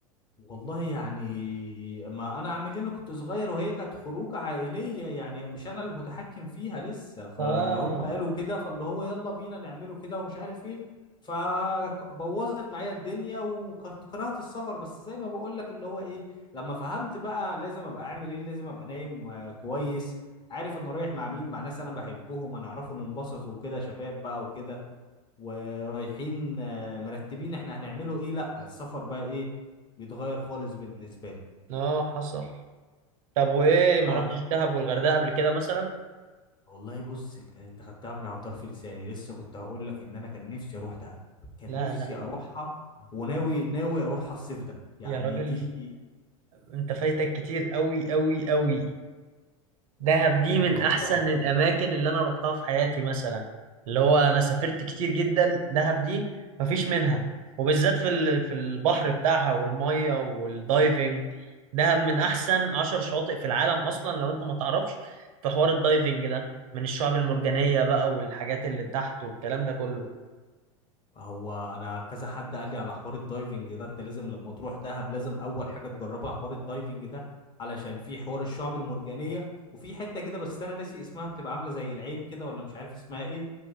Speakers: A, on the left (about 25°); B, on the right (about 70°).
A: والله يعني ما انا اعمل إيه؟ انا كنت صغير وهي كانت خروج عائليه يعني مش انا المتحكم فيها لسه فهم
B: اه
A: قالوا كده فاللي هو يلا بينا نعمله كده ومش عارف ايه فبوظت معايا الدنيا وكنت كرهت السفر بس زي ما بقول لك اللي هو ايه لما فهمت بقى لازم ابقى اعمل ايه لازم ابقى نايم آه، كويس عارف انا رايح مع مين مع ناس انا بحبهم انا اعرفه ننبسط وكده شباب بقى وكده ورايحين آه، مرتبين احنا هنعمله ايه لا السفر بقى ايه بيتغير خالص بالنسبه لي
B: اه حصل طب وايه
A: ف
B: ما رحتش دهب والغردقه قبل كده مثلا
A: والله بص ك- انت خدتها من على طرف لساني لسه كنت هقول لك ان انا كان نفسي اروح دهب كان
B: لا
A: نفسي
B: لا
A: اروحها وناوي ناوي اروحها الصيف ده يعني
B: يا راجل
A: دي
B: انت فايتك كتير قوي قوي قوي دهب دي
A: انت
B: من
A: رحتها
B: احسن
A: بقى
B: الاماكن اللي انا رحتها في حياتي مثلا اللي هو انا سافرت كتير جدا دهب دي مفيش منها وبالذات في ال- في البحر بتاعها والميه والدايفنج دهب من احسن عشر شواطئ في العالم اصلا لو انت ما تعرفش في حوار الدايفنج ده من الشعاب المرجانيه بقى والحاجات اللي تحت والكلام ده كله
A: هو انا كذا حد قال لي على حوار الدايفنج ده انت لازم لما تروح دهب لازم اول حاجه تجربها حوار الدايفنج ده علشان في حوار الشعب المرجانيه وفي حته كده بس انا ناسي اسمها بتبقى عامله زي العين كده ولا مش عارف اسمها ايه